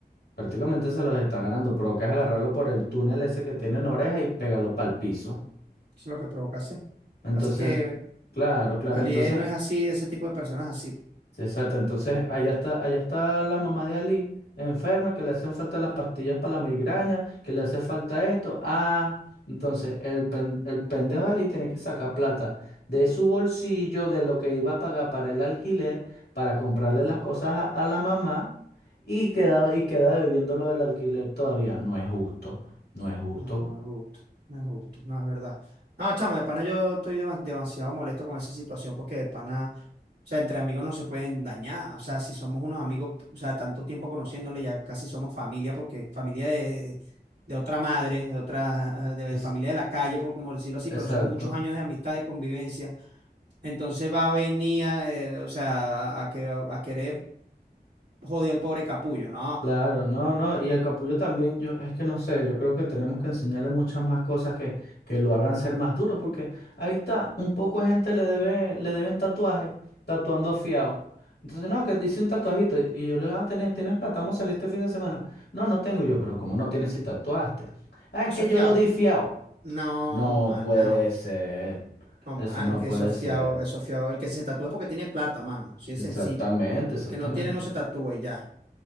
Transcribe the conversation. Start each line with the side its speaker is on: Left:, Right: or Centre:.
Left: Prácticamente se los está ganando, pero que es agarrarlo por el túnel ese que tiene en oreja y pégalo para el piso.
Right: Eso es lo que provoca hacer.
Left: Entonces,
Right: Así que
Left: claro, claro,
Right: Alié
Left: entonces,
Right: no es así, de ese tipo de personas así.
Left: sí, exacto, entonces allá está, allá está la mamá de Ali, enferma, que le hacen falta las pastillas para la migraña, que le hace falta esto. Ah, entonces el, pen- el pendejo de Ali tiene que sacar plata de su bolsillo, de lo que iba a pagar para el alquiler, para comprarle las cosas a, a la mamá y queda, y queda debiendo lo del alquiler todavía. No es justo, no es justo.
Right: No, no es justo, no es justo, no es verdad. No, chama, de pana yo estoy demas- demasiado molesto con esa situación porque de pana. O sea, entre amigos no se pueden dañar. O sea, si somos unos amigos, o sea, tanto tiempo conociéndole, ya casi somos familia, porque familia de, de otra madre, de otra, de
Left: Es,
Right: familia de la calle, por como decirlo así,
Left: exacto.
Right: pero son muchos años de amistad, de convivencia. Entonces va a venir, a, eh, o sea, a, que, a querer joder al pobre capullo. No,
Left: Claro, no, no, y el capullo también, yo es que no sé, yo creo que tenemos que enseñarle muchas más cosas que, que lo hagan ser más duro, porque ahí está, un poco de gente le debe, le deben tatuajes, tatuando fiado. Entonces, no, que dice un tatuajito, y yo le digo, ah, ¿tienes, tienes plata? Vamos a salir este fin de semana. No, no tengo Y yo, pero ¿cómo no tienes si tatuaste? Ah, es
Right: eso
Left: que
Right: es
Left: yo
Right: fiado.
Left: lo di fiado.
Right: No,
Left: No
Right: mano.
Left: puede ser,
Right: No, mano,
Left: eso no
Right: es que
Left: puede
Right: eso es fiado,
Left: ser.
Right: eso es fiado. El que se tatúa es porque tiene plata, mano. Así de
Left: Exactamente,
Right: sencillo.
Left: exactamente.
Right: Que no tiene, no se tatúa y ya.